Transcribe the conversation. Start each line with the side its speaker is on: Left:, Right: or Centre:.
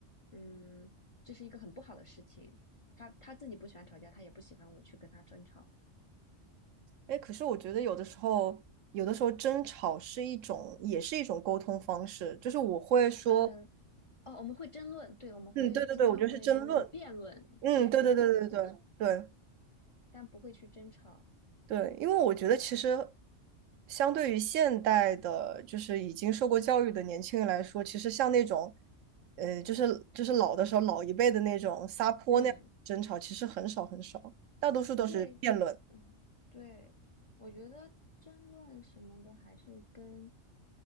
Left: 嗯，这是一个很不好的事情。他他自己不喜欢吵架，他也不喜欢我去跟他争吵。
Right: 哎，可是我觉得有的时候，有的时候争吵是一种，也是一种沟通方式，就是我会说，
Left: 呃，哦，我们会争论，对，我们会经常会因为辩论，
Right: 嗯，对对对，我觉得是争论，嗯，
Left: 对，
Right: 对对对对对对。
Left: 辩论一件事，但不会去争吵。
Right: 对，因为我觉得其实相对于现代的，就是已经受过教育的年轻人来说，其实像那种，呃，就是就是老的时候老一辈的那种撒泼那样的争吵，
Left: 嗯。
Right: 其实很少很少，大多数都是辩论。
Left: 对，嗯，对，我觉得争论什么的还是跟